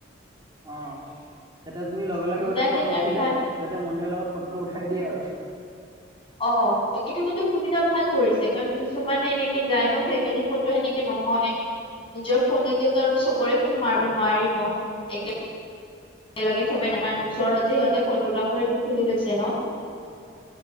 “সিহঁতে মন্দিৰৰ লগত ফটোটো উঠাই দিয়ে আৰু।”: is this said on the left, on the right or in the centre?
Right